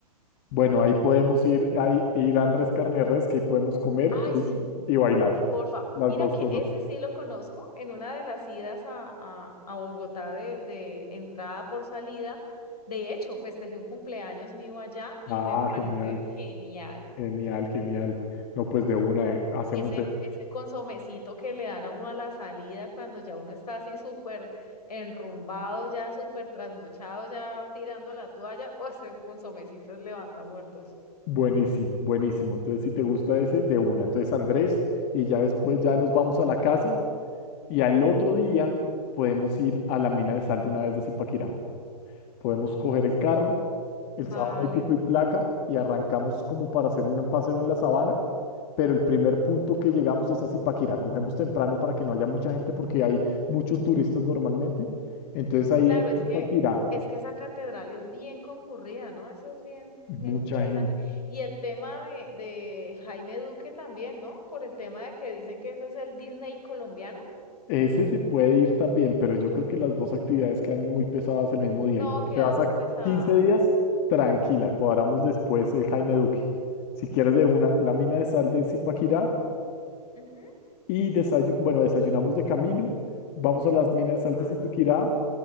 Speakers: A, on the left; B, on the left.
A: Bueno, ahí podemos ir, ahí, ir a Andrés Carne de Res, que ahí podemos comer
B: Ay,
A: y,
B: sí.
A: y bailar,
B: Por favor,
A: las
B: mira
A: dos
B: que
A: cosas.
B: ese sí lo conozco en una de las idas a, a- a Bogotá de, de entrada por salida. De hecho, festejé un cumpleaños mío allá y
A: Ah,
B: me parece
A: genial,
B: genial.
A: genial, genial. No, pues de una, eh, hacemos
B: Ese,
A: eso.
B: ese consomecito que le dan a uno a la salida cuando ya uno está así súper enrumbado, ya súper trasnochado, ya tirando la toalla, <laughs> o ese consomecito es levanta muertos.
A: Buenísimo, buenísimo. Entonces, si te gusta ese, de una. Entonces, Andrés, y ya después ya nos vamos a la casa y al otro día podemos ir a la mina de sal de una vez de Zipaquirá. Podemos coger el carro, el
B: Vale.
A: sábado no hay pico y placa y arrancamos como para hacer un paseo en la sabana, pero el primer punto que llegamos es a Zipaquirá. Cogemos temprano para que no haya mucha gente porque hay muchos turistas normalmente. Entonces ahí
B: Claro,
A: en
B: es
A: Zipaquirá,
B: que es que esa catedral es bien concurrida, ¿no? Eso es bien,
A: mucha
B: bien interesante.
A: gente.
B: Y el tema de, de Jaime Duque también, ¿no? Por el tema de que dicen que ese es el Disney colombiano.
A: Ese se puede ir también, pero yo creo que las dos actividades quedan muy pesadas el mismo día
B: No,
A: y como
B: quedan
A: te vas
B: muy
A: a
B: pesadas.
A: 15 días, tranquila, cuadramos después el Jaime Duque. Si quieres de una, la mina de sal de Zipaquirá
B: Ujú,
A: Y desayu- bueno, desayunamos de camino, vamos a las minas de sal
B: Vale.
A: de Zipaquirá,